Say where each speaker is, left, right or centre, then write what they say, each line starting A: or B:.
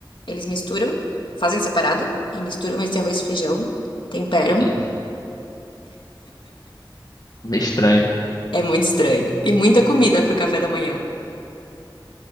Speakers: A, on the left; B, on the left.
A: Eles misturam, fazem separado e misturam esse arroz e feijão, temperam.
B: Hum, Meio estranho.
A: É muito estranho. E muita comida pro café da manhã.